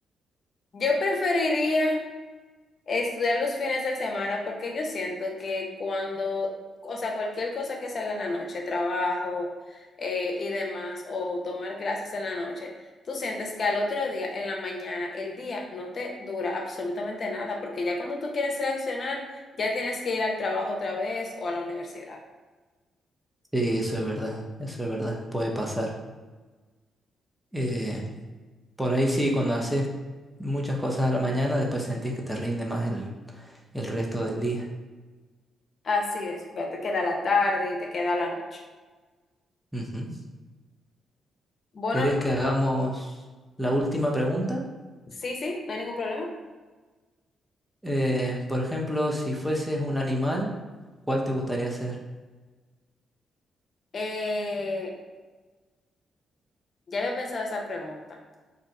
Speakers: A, on the left; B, in the centre.
A: yo preferiría estudiar los fines de semana porque yo siento que cuando, o sea, cualquier cosa que se haga en la noche, trabajo eh, y demás, o tomar clases en la noche, tú sientes que al otro día, en la mañana, el día no te dura absolutamente nada, porque ya cuando tú quieres reaccionar, ya tienes que ir al trabajo otra vez o a la universidad.
B: sí, eso es verdad, eso es verdad, puede pasar. Eh, por ahí sí, cuando haces muchas cosas a la mañana, después sentís que te rinde más el, el resto del día.
A: Así es, porque te queda la tarde y te queda la noche.
B: Ujú.
A: Bueno,
B: ¿Querés
A: no,
B: que hagamos la última pregunta?
A: sí, sí, no hay ningún problema.
B: Eh, por ejemplo, si fueses un animal, ¿cuál te gustaría ser?
A: Eh, ya había pensado esa pregunta.